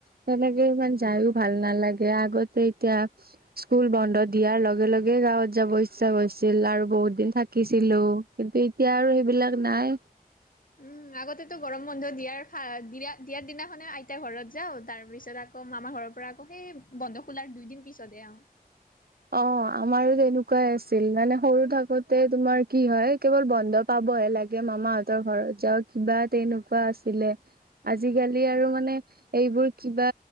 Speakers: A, on the right; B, on the left.
A: তেনেকে ইমান যায়ও ভাল নালাগে আগতে এতিয়া। স্কুল বন্ধ দিয়াৰ লগে লগে গাঁৱত যাব ইচ্ছা হৈছিল আৰু বহুত দিন থাক। শিকিছিলো কিন্তু এতিয়া আৰু সেইবিলাক নাই।
B: উম আগতেতো গৰম বন্ধ দিয়া দিয়া দিয়াৰ দিনাখনে আইতাৰ ঘৰত যাও তাৰ পিছত আকৌ মামাৰ ঘৰৰ পৰা আকৌ বন্ধ খোলাৰ দুই দিন পিছতে আৰু
A: <unintelligible> অ আমাৰো তেনেকুৱাই আছিল মানে সৰু থাকোতে তোমাৰ কি হয় কেৱল বন্ধ পাব। বয়ে লাগে মামাহঁতৰ ঘৰত যাও কিবা তেনেকুৱা আছিলে। আজিকালি আৰু মানে এইবোৰ কিবা